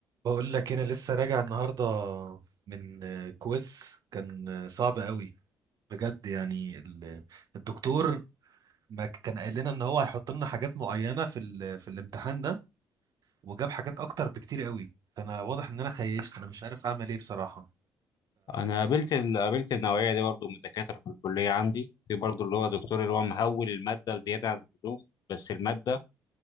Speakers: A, on the right; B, on the left.
A: بقول لك انا لسه راجع النهارده من آه، كويز كان آه، صعب قوي بجد يعني ال- الدكتور ما ك- كان قال لنا ان هو هيحط لنا حاجات معينه في ال- في الامتحان ده وجاب حاجات اكتر بكتير قوي فانا واضح ان انا خيشت انا مش عارف اعمل ايه بصراحه
B: انا قابلت ال- قابلت النوعيه دي برضو من الدكاتره في الكليه عندي في برضو اللي هو دكتور اللي هو مهول الماده زياده عن اللزوم بس الماده